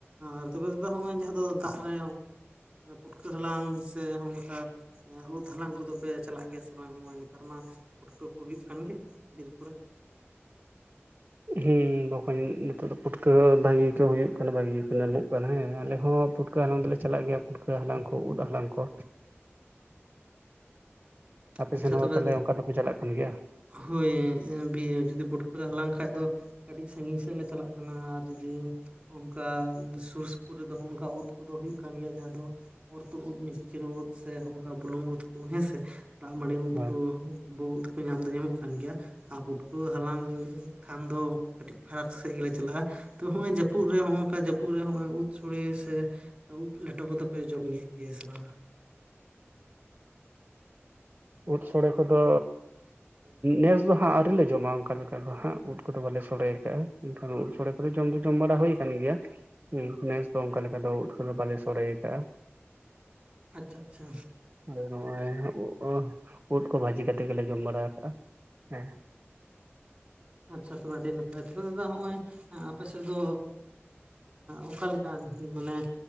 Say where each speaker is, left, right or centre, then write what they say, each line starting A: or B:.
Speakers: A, on the right; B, on the right.
A: ᱟᱨ ᱛᱚᱵᱮ ᱫᱟᱫᱟ ᱦᱚᱸᱜ-ᱚᱭ ᱡᱟᱦᱟᱸ ᱫᱚ ᱫᱟᱜ ᱨᱮ ᱯᱩᱴᱠᱟᱹ ᱦᱟᱞᱟᱝ ᱥᱮ ᱱᱚᱝᱠᱟ ᱩᱫ ᱦᱟᱞᱟᱝ ᱠᱚᱫᱚᱯᱮ ᱪᱟᱞᱟᱜ ᱜᱮᱭᱟ ᱥᱮ ᱵᱟᱝ? ᱱᱚᱜ-ᱚᱭ ᱱᱮᱛᱟᱨ ᱢᱟ ᱯᱩᱴᱠᱟᱹ ᱠᱚ ᱦᱩᱭᱩᱜ ᱠᱟᱱ ᱜᱮ ᱵᱤᱨ ᱠᱚᱨᱮ᱾
B: ᱦᱮᱸ ᱵᱚᱠᱚᱧ ᱱᱤᱛᱚᱜ ᱫᱚ ᱯᱩᱴᱠᱟᱹ ᱵᱷᱟᱹᱜᱮ ᱠᱚ ᱦᱩᱭᱩᱜ ᱠᱟᱱᱟ ᱵᱷᱟᱹᱜᱤ ᱠᱚ ᱧᱟᱢᱚᱜ ᱠᱟᱱᱟ ᱦᱮᱸ ᱟᱞᱮ ᱦᱚᱸ ᱯᱩᱴᱠᱟᱹ ᱯᱩᱴᱠᱟᱹ ᱦᱟᱞᱟᱝ ᱫᱚᱞᱮ ᱪᱟᱞᱟᱜ ᱜᱮᱭᱟ ᱯᱩᱴᱠᱟᱹ ᱦᱟᱞᱟᱝ ᱠᱚ ᱩᱫ ᱦᱟᱞᱟᱝ ᱠᱚ ᱟᱯᱮ
A: ᱟᱪᱪᱷᱟ
B: ᱥᱮᱱ ᱦᱚᱸ
A: ᱛᱚᱵᱮ
B: ᱛᱟᱦᱚᱞᱮ ᱚᱱᱠᱟ ᱫᱚᱯᱮ ᱪᱟᱞᱟᱜ ᱠᱟᱱ ᱜᱮᱭᱟ?
A: ᱦᱳᱭ ᱡᱩᱫᱤ <unintelligible> ᱯᱩᱴᱠᱟᱹ ᱞᱮ ᱦᱟᱞᱟᱝ ᱠᱷᱟᱱᱡ ᱫᱚ᱾ ᱠᱟᱹᱴᱤᱡ ᱥᱟᱺᱜᱤᱧ ᱥᱮᱫ ᱞᱮ ᱪᱟᱞᱟᱜ ᱠᱟᱱᱟ, ᱟᱨ ᱡᱩᱫᱤ ᱚᱱᱠᱟ ᱥᱩᱨ ᱥᱩᱯᱩᱨ ᱨᱮᱫᱚ ᱚᱱᱠᱟ ᱩᱫ ᱠᱚᱫᱚ ᱦᱩᱭᱩᱜ ᱠᱟᱱ ᱜᱮᱭᱟ, ᱡᱟᱦᱟᱸ ᱫᱚ ᱚᱨᱛᱩᱚ ᱩᱫ, ᱢᱤᱥᱤᱪᱤᱨ ᱩᱫ, ᱥᱮ ᱦᱚᱝᱠᱟ ᱵᱩᱞᱩᱝ ᱩᱫ ᱠᱚ ᱦᱮᱸᱥᱮ ᱫᱟᱜ ᱢᱟᱹᱰᱤ ᱩᱫ
B: ᱦᱳᱭ
A: ᱠᱚ᱾ <unintelligible> ᱧᱟᱢ ᱫᱚ ᱧᱟᱢᱚᱜ ᱠᱟᱱ ᱜᱮᱭᱟ᱾ ᱟᱨ ᱯᱩᱴᱠᱟᱹ ᱦᱟᱞᱟᱝ ᱠᱷᱟᱱ ᱫᱚ ᱠᱟᱹᱴᱤᱡ ᱯᱷᱟᱨᱟᱠ ᱥᱮᱫ ᱜᱮᱞᱮ ᱪᱟᱞᱟᱜ-ᱟ, ᱛᱚ ᱱᱚᱜ-ᱚᱭ ᱡᱟᱹᱯᱩᱫ ᱨᱮ ᱱᱚᱜ ᱱᱚᱝᱠᱟ ᱡᱟᱹᱯᱩᱫ ᱨᱮ ᱱᱚᱜᱚᱭ ᱩᱫ ᱥᱳᱲᱮ ᱥᱮ ᱩᱫ ᱞᱮᱴᱚ ᱠᱚᱫᱚ ᱯᱮ ᱡᱚᱢ ᱮᱫ ᱜᱮᱭᱟ ᱥᱮ ᱵᱟᱝ?
B: ᱩᱫ ᱥᱳᱲᱮ ᱠᱚᱫᱚ ᱱᱮᱥ ᱫᱚ ᱦᱟᱸᱜ ᱟᱹᱣᱨᱤᱮ ᱞᱮ ᱡᱚᱢᱟ ᱚᱱᱠᱟ ᱞᱮᱠᱟ ᱫᱚ ᱦᱟᱸᱜ ᱩᱫ ᱠᱚᱫᱚ ᱵᱟᱞᱮ ᱥᱚᱲᱮᱭ ᱠᱟᱜ-ᱟ᱾ ᱮᱱᱠᱷᱟᱱ ᱥᱳᱲᱮ ᱠᱚᱫᱚ ᱡᱚᱢ ᱫᱚ ᱡᱚᱢ ᱵᱟᱲᱟ ᱦᱩᱭᱩ ᱟᱠᱟᱱ ᱜᱮᱭᱟ᱾ ᱱᱮᱥ ᱫᱚ ᱚᱱᱠᱟ ᱫᱚ ᱚᱱᱠᱟ ᱞᱮᱠᱟ ᱫᱚ ᱵᱟᱞᱮ ᱥᱚᱲᱮ ᱠᱟᱜ-ᱟ᱾
A: ᱟᱪᱪᱷᱟ ᱟᱪᱪᱷᱟ᱾
B: ᱟᱫᱚ ᱱᱚᱜᱼᱚᱭ ᱩ ᱩᱫ ᱠᱚ ᱵᱷᱟᱹᱡᱤ ᱠᱟᱛᱮᱫ ᱜᱮᱞᱮ ᱡᱚᱢ ᱵᱟᱲᱟ ᱟᱠᱟᱜ-ᱟ, ᱦᱮᱸ
A: ᱟᱪᱪᱷᱟ ᱛᱚᱵᱮ ᱟᱹᱰᱤ ᱱᱟᱯᱟᱭ ᱛᱚᱵᱮ ᱫᱟᱫᱟ ᱱᱚᱜ-ᱚᱭ ᱟᱯᱮ ᱥᱮᱫ ᱫᱚ ᱚᱠᱟ ᱞᱮᱠᱟ ᱢᱟᱱᱮ